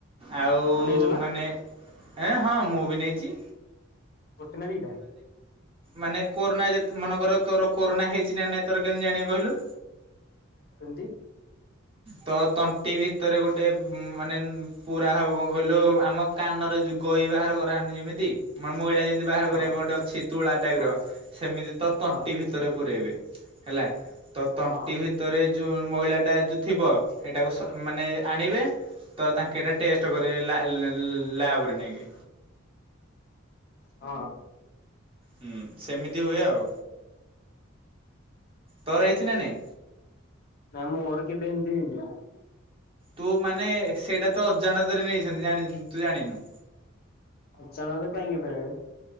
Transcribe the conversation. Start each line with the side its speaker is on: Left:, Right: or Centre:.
Right: ଆଉ
Left: ତମେ ନେଇଛ ନା
Right: ମାନେ ଏ ହଁ ମୁଁ ବି ନେଇଚି।
Left: ଗୋଟେ ନା ଦିଇଟା?
Right: ମାନେ କୋରୋନା ଯେ ମନେକର ତୋର କୋରୋନା ହେଇଚି ନା ନାଇଁ ତୋର କେମିତି ଜାଣିବା କହିଲୁ?
Left: କେମତି?
Right: ତ ତଣ୍ଟି ଭିତରେ ଗୋଟେ ମାନେ ପୁରା ହବ କଣ କହିଲୁ ଆମ କାନ ଯୁ ଗାଇ ବାହାର କରା ହୁଏ ଯେମିତି ମାନେ ମଇଳା ଯେମତି ବାହାର
Left: ହଁ
Right: କରିବା ପାଇଁ ଗୋଟେ ଅଛି ତୁଳା ଟାଇପ
Left: ହଁ
Right: ର ସେମିତି ତ ତଣ୍ଟି
Left: ହଁ
Right: ଭିତରେ ପୂୁରେଇବେ। ହେଲା ତ ତଣ୍ଟି
Left: ହଁ
Right: ଭିତରେ ଯୋଉ ମଇଳା ଟା ଯୋଉ ଥିବ ସେଇଟାକୁ ମାନେ ଆଣିବେ ତ ତାଙ୍କେ ଏଇଟା ଟେଷ୍ଟ କରେଇବେ। ଲ ଲାଇ ଲାବରେ ନେଇକି।
Left: ହଁ
Right: ହୁଁ ସେମିତି ହୁଏ ଆଉ। ତର ହେଇଚି ନା ନାଇଁ?
Left: ମ ମୋର କେବେ ହେମିତି ହେଇନି।
Right: ତୁ ମାନେ ସେଇଟା ତ ଅଜାଣତରେ ନେଇଛନ୍ତି ନା ତୁ ଜାଣିନୁ।
Left: ଅ ଚାନକ କାଇଁକି ନେବେ?